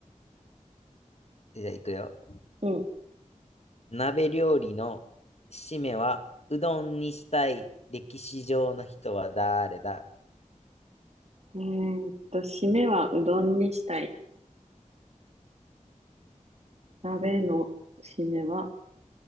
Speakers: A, on the left (about 55°); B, on the right (about 55°).
A: じゃあ行くよ。
B: うん。
A: 鍋料理の締めは、うどんにしたい歴史上の人は誰だ
B: えーっと、締めはうどんにしたい。鍋の締めは、